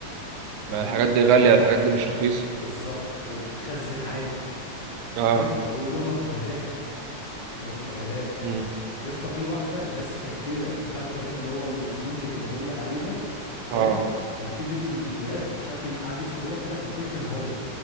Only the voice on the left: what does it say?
وعشان
ي...
بالظبط وبتتخزن عادي
فاهم ويقول لهم أصل دي هدايا فاهم دي هدايا
يا اسطى في واحده اللي هي السكرتيره بتاعت الراجل اللي هو ال- المنتج اللي بقول لك عليه ده فاهم
كان في فيديو من الفيديوهات مش عارف بي- قعدوا يسالوها كده فالبت انهارت